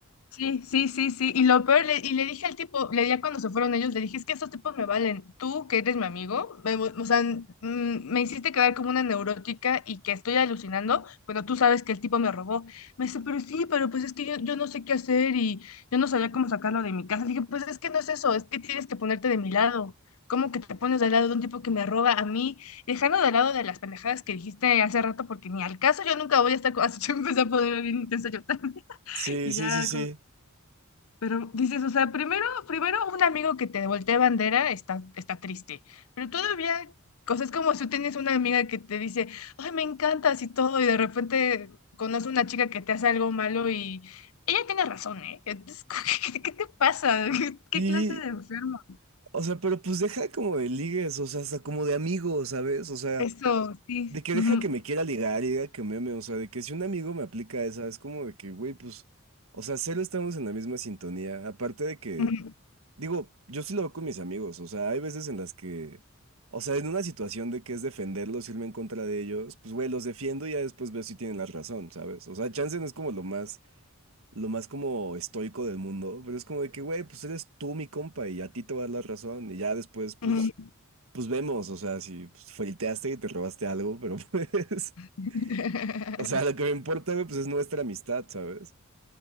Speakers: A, on the left; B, on the right.
A: Sí, sí, sí, sí. Y lo peor, le- y le dije al tipo, le dije cuando se fueron ellos, le dije, es que estos tipos me valen. Tú, que eres mi amigo, me, o sea, mm, me hiciste quedar como una neurótica y que estoy alucinando cuando tú sabes que el tipo me robó. Me dice, pero sí, pero pues es que yo, yo no sé qué hacer y yo no sabía cómo sacarlo de mi casa. Le dije, pues es que no es eso, es que tienes que ponerte de mi lado. ¿Cómo que te pones del lado de un tipo que me roba a mí? Dejando de lado de las pendejadas que dijiste hace rato, porque ni al caso yo nunca voy a estar, co- <laughs> así yo empecé a poder bien intenso yo también. <laughs>
B: Sí,
A: Y
B: sí,
A: ya
B: sí, sí.
A: como... Pero dices, o sea, primero, primero un amigo que te voltea bandera está, está triste, pero todavía cosas como si tú tienes una amiga que te dice, ay, me encantas y todo, y de repente conoces una chica que te hace algo malo y ella tiene razón, ¿eh? Entonces, <laughs> como ¿qué, qué te pasa? ¿Qué, qué
B: Y,
A: clase de enfermo?
B: o sea, pero pues deja como de ligues, o sea, hasta como de amigos, ¿sabes? O sea,
A: Eso, sí.
B: De que
A: Ujú,
B: deja que me quiera ligar y diga que me ame, o sea, de que si un amigo me aplica esa, es como de que, güey, pues, o sea, cero estamos en la misma sintonía. Aparte de que,
A: ujú,
B: digo, yo sí lo veo con mis amigos, o sea, hay veces en las que, o sea, en una situación de que es defenderlos, irme en contra de ellos, pues, güey, los defiendo y ya después veo si tienen la razón, ¿sabes? O sea, chance no es como lo más, lo más como estoico del mundo, pero es como de que, güey, pues eres tú mi compa y a ti te va a dar la razón y ya después, pues,
A: ujú, ujú.
B: pues vemos, o sea, si pues, flirteaste y te robaste algo, pero pues. <laughs>
A: <laughs>
B: O sea, lo que me importa, güey, pues es nuestra amistad, ¿sabes?